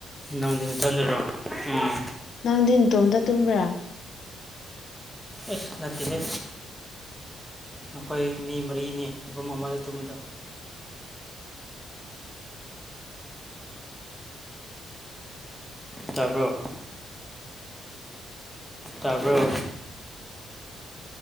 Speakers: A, in the centre; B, on the left.
A: ꯅꯪꯗꯤ ꯅꯊꯟꯗꯔꯣ ꯎꯝ
B: ꯅꯪꯗꯤ ꯅꯇꯣꯝꯗ ꯇꯨꯝꯕ꯭ꯔꯥ
A: ꯑꯦꯁ ꯅꯠꯇꯦꯁꯦ ꯅꯈꯣꯏ ꯃꯤ ꯃꯔꯤꯅꯤ ꯔꯨꯝ ꯑꯃꯗ ꯇꯨꯝꯃꯤꯗꯣ ꯇꯥꯕ꯭ꯔꯣ ꯇꯥꯕ꯭ꯔꯣ